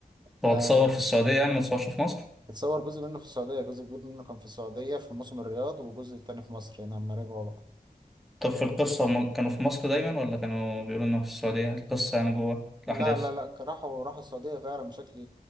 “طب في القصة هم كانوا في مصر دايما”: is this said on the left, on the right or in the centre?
Centre